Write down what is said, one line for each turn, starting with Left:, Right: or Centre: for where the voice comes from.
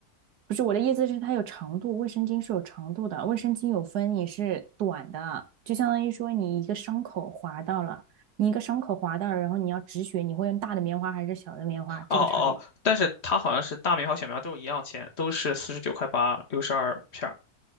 Right: 不是我的意思是它有长度，卫生巾是有长度的，卫生巾有分你是短的，就相当于说你一个伤口划到了，你一个伤口划到了，然后你要止血，你会用大的棉花还是小的棉花，这个差别。
Left: 哦哦，但是他好像是大苗和小苗都是一样钱，都是四十九块八，六十二片儿。